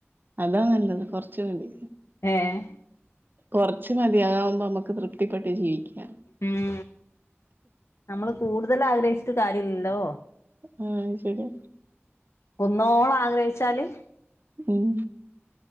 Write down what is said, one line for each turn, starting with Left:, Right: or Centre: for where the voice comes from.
Right: അതാ നല്ലത് കൊർച്ചു വേണ്ടി
Left: ഏഹ്
Right: കൊറച്ച് മതി അതാകുമ്പോ നമ്മക്ക് തൃപ്തി പ്പെട്ട് ജീവിക്കാം
Left: ഉമ് നമ്മള് കൂടുതൽ ആഗ്രഹിച്ചിട്ട് കാര്യല്ല ല്ലോ
Right: ഉമ് ശരിയാ
Left: കുന്നോളം ആഗ്രഹിച്ചാല്
Right: ഉമ്